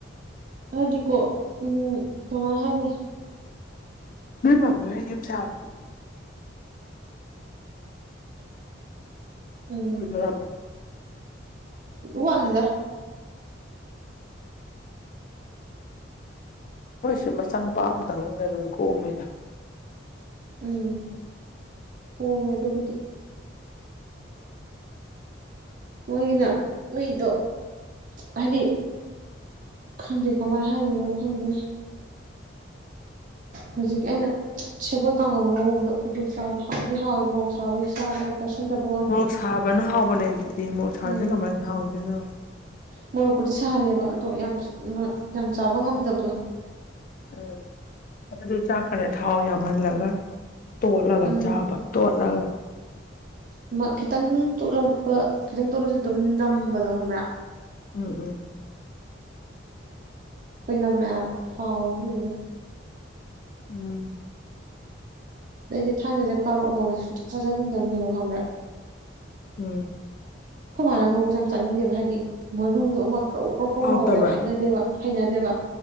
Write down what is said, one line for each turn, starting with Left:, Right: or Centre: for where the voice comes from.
Right: ꯍꯥꯏꯗꯤꯀꯣ ꯎꯝ ꯀꯃꯥꯏ ꯍꯥꯏꯅꯤ
Left: ꯃꯤ ꯄꯥꯝꯃꯤꯍꯣꯏ ꯌꯨꯝ ꯁꯥꯕꯗꯤ
Right: ꯎꯝ
Left: ꯂꯣꯏꯗꯣꯔꯕ
Right: ꯋꯥꯠꯂꯤꯗꯥ
Left: ꯃꯣꯏꯁꯨ ꯃꯆꯥꯅꯨꯄꯥ ꯑꯝꯇꯪꯅꯤꯅ ꯑꯗꯨꯝ ꯀꯣꯝꯃꯤꯗ
Right: ꯎꯝ ꯀꯣꯝꯃꯦ ꯑꯗꯨꯕꯨꯗꯤ ꯃꯣꯏꯒꯤꯅ ꯃꯤꯗꯣ ꯍꯥꯏꯗꯤ ꯈꯪꯗꯦ ꯀꯃꯥꯏ ꯍꯥꯏꯗꯣꯏꯅꯣ ꯈꯪꯗꯦ ꯍꯧꯖꯤꯛ ꯑꯩꯅ ꯁꯦꯕꯣꯠ ꯀꯥꯡꯍꯧ ꯉꯧꯕꯗꯣ ꯑꯗꯨ ꯆꯥꯕꯗꯣ ꯍꯥꯎꯗꯤ ꯍꯥꯎꯋꯤ ꯃꯣꯛ ꯁꯥꯕꯩ ꯆꯥꯕ ꯌꯥꯝ ꯆꯥꯥꯁꯟꯗꯕ
Left: ꯃꯣꯛ ꯁꯥꯕꯅ ꯍꯥꯎꯕꯅꯦ ꯑꯗꯨꯗꯤ ꯃꯣꯔꯣꯛ ꯁꯥꯗ꯭ꯔꯗꯤ
Right: ꯎꯝ
Left: ꯀꯃꯥꯏꯅ ꯍꯥꯎꯗꯣꯏꯅꯣ
Right: ꯃꯣꯔꯣꯛꯄꯨꯗꯤ ꯁꯥꯍꯜꯂꯦꯕ ꯑꯗꯣ ꯌꯥꯝꯁꯅ ꯌꯥꯝ ꯆꯥꯕ ꯉꯝꯗꯕꯗꯣ
Left: ꯎꯝ ꯑꯗꯨꯗꯤ ꯆꯥꯛꯀꯅꯦ ꯊꯥꯎ ꯌꯥꯝꯍꯜꯂꯒ ꯇꯣꯠꯂꯒ
Right: ꯎꯝ
Left: ꯆꯥꯕ ꯇꯣꯠꯂꯒ
Right: ꯑꯃ ꯈꯤꯇꯪ ꯇꯣꯠꯂꯒ ꯀꯣ ꯈꯤꯇꯪ ꯇꯣꯠꯂꯖꯨ ꯑꯗꯨꯝ ꯅꯝꯕꯗꯣ ꯈꯪꯕ꯭ꯔꯥ
Left: ꯎꯝ ꯎꯝ
Right: ꯑꯣꯏꯅꯝꯃꯦ ꯍꯥꯏꯕꯥ ꯍꯥꯎꯋꯦꯕ ꯍꯧꯖꯤꯛꯀꯤꯗꯣ
Left: ꯎꯝ
Right: ꯑꯩꯗꯤ ꯊꯥꯏꯅꯖꯦ ꯀꯥꯔꯣꯠ ꯉꯧꯕꯖꯦ ꯁꯨꯛꯆꯥ ꯆꯥꯖꯅꯤꯡꯗꯕꯅꯦꯕ ꯈꯪꯕ꯭ꯔꯥ
Left: ꯎꯝ
Right: ꯑꯩꯈꯣꯏ ꯃꯥꯅ ꯉꯧꯕꯖꯦ ꯌꯥꯝ ꯆꯥꯅꯤꯡꯗꯦꯕ ꯍꯥꯏꯗꯤ ꯃꯔꯨꯗꯣ ꯑꯃ ꯀ꯭ꯔꯧ ꯀ꯭ꯔꯧ ꯀ꯭ꯔꯧ
Left: ꯍꯥꯎꯇꯕ꯭ꯔꯥ
Right: ꯂꯥꯎꯕꯗꯣ ꯌꯥꯝ ꯍꯩꯅꯗꯦꯕ ꯍꯩꯅꯗꯦꯕ